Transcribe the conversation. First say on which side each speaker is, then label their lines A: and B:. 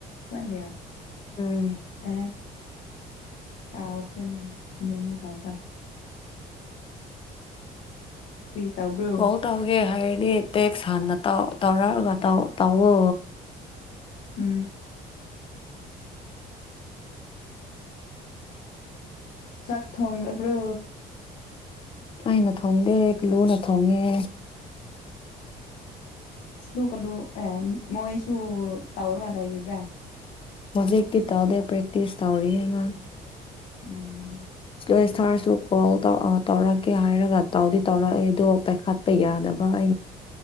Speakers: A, on the left (about 85°); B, on the left (about 30°).
A: ꯊꯗꯌꯥ
B: ꯎꯝ
A: ꯑꯦ ꯀꯥꯎꯈ꯭ꯔꯦꯅꯤ ꯃꯤꯡ ꯀꯥꯎꯗ ꯀꯔꯤ ꯇꯧꯕ꯭ꯔꯣ
B: ꯀꯣ ꯇ ꯍꯧꯒꯦ ꯍꯥꯏꯗꯤꯠ ꯇꯦꯛꯁ ꯍꯥꯟꯅꯧ ꯇꯧꯔꯛꯑꯒꯧ ꯇꯧꯋ
A: ꯑ ꯎ ꯆꯥꯛ ꯊꯣꯡꯣꯡ꯭ꯔꯦꯕ꯭ꯔꯣ
B: ꯑꯩꯅ ꯊꯣꯡꯗꯦ ꯀꯂꯨꯅ ꯊꯣꯡꯉꯦ
A: ꯁꯂꯨ ꯀꯜꯂꯨ ꯑꯦ ꯃꯣꯏꯁꯨ ꯇꯧꯔꯒ ꯂꯩꯔꯤꯕ꯭ꯔꯥ
B: ꯍꯧꯖꯤꯛ ꯀ ꯇꯗ ꯄ꯭ꯔꯦꯛꯇꯤꯁ ꯇꯧꯔꯤꯌꯦꯅ
A: ꯎꯝ
B: ꯑꯗꯣ ꯁꯥꯔꯁꯨ ꯀꯣꯜꯧ ꯇꯧꯔꯛꯀꯦ ꯍꯥꯏꯔꯒ ꯇꯥꯎꯗꯤ ꯇꯧꯔꯛꯑꯦ ꯑꯗꯣ ꯄꯥꯏꯈꯠꯄ ꯌꯥꯗꯕ <unintelligible>